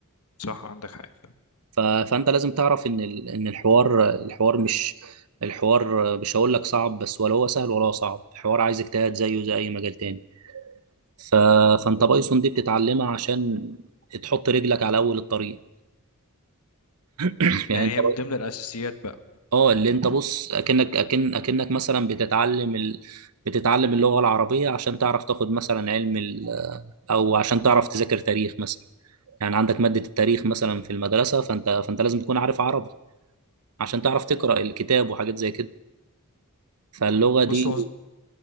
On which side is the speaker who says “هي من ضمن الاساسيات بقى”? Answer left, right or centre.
Left